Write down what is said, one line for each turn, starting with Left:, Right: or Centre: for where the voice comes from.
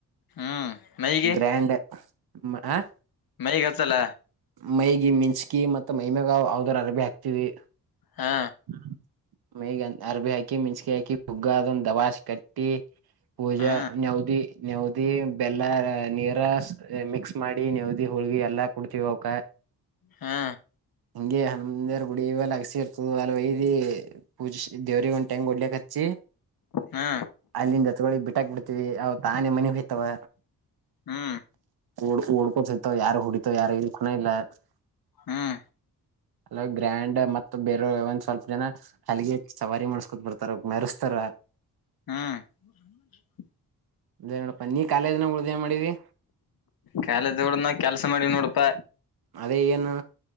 Left: ಹ್ಮ್ ಮೈಗೆ
Right: ಗ್ರ್ಯಾಂಡ್ ಹ
Left: ಮೈಗೆ ಹಚ್ಚಲ್ಲ
Right: ಮೈಯಿಗೆ ಮಿಚ್ಚಿಕಿ ಮತ್ತ ಮೈಮೇಗ ಅವದ್ರ ಅರಬಿ ಹಾಕ್ತವಿ
Left: ಹಾ
Right: ಹ ಮೈಗಿ ಅರಬಿ ಹಾಕಿ ಮೆಣಸಕಿ ಹಾಕಿ ಹುಗ್ಗ ಅದೊಂದು ದಾಬಸಿ ಕಟ್ಟಿ ಟ್ಟಿ ಪೂಜಾ
Left: ಹಾ
Right: ನೇವುದಿ ನೆವುದಿ ಬೆಲ್ಲ ನೀರ ಮಿಕ್ಸ್ ಮಾಡಿ ನೆವುದಿ ಹುಳ್ಗಿ ಎಲ್ಲಾ ಕುಡ್ತಿವಿ ಅವಕ್ಕ
Left: ಹಾ
Right: ಹಂಗೆ ಗುಡಿ ಇವ ಲಗಸಿ ಇರ್ತದ ಅಲ್ಲಿ ಹೊಯ್ದ ಪೂಜೆ ದೇವ್ರಿಗೆ ಒಂದ್ ಗಡ್ಲಕ್ಕೆ ಹಚ್ಚಿ
Left: ಹಾ
Right: ಅಲ್ಲಿಂದ ಎತ್ತಿಕೊಂಡು ಬಿಟ್ಟಾಕ್ ಬಿಡ್ತಿವಿ ಅವ ತಾನೇ ಮನೆಗೆ ಹೋಯ್ತವ
Left: ಹ್ಮ್
Right: ಓಡ್ ಓಡ್ಕೋ ಸತವ ಯಾರ ಹೊಡಿತವ ಯಾರ ಇಲ್ <unintelligible>
Left: ಹ್ಮ್
Right: ಲಾಗ್ ಗ್ರ್ಯಾಂಡ್ ಮತ್ ಬೇರೆ ಒಂದ್ ಸ್ವಲ್ಪ ಜನ ಹಲ್ಲಿಗೆ ಸವಾರಿ ಮಾಡಸ್ಕೊತ್ ಬರ್ತಾರ ಮೆರೀಸ್ತಾರ
Left: ಹ್ಮ್ <inaudible>
Right: ಅದೇ ನೋಡಪ್ಪ ನೀ ಕಾಲೇಜನಾಗ ಉಳ್ದೇ ಏನ್ ಮಾಡೀನಿ
Left: ಕಾಲೇಜ್ನಾಗ ಉಳಿದು ನಾನ್ ಕೆಲ್ಸ ಮಾಡಿನೀ ನೋಡಪ್ಪ
Right: ಅದೇ ಏನು